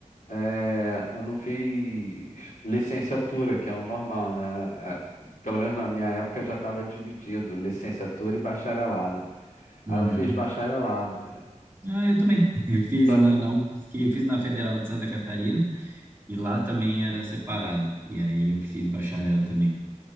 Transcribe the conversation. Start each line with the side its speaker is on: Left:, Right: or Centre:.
Left: eh, eu não fiz licenciatura, que é o normal, né? Eh, Pelo menos na minha época já estava dividido, licenciatura e bacharelado. Aí
Right: uhum.
Left: eu fiz bacharelado, cara.
Right: Ah, eu também. <laughs> Eu fiz
Left: Também,
Right: na, na UFSC, eu fiz na Federal de Santa Catarina e lá também era separado. E aí eu fiz bacharel também.